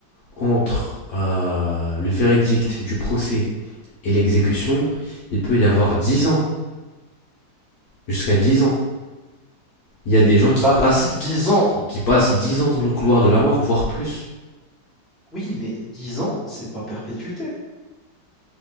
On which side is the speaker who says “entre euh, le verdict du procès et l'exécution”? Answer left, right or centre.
Left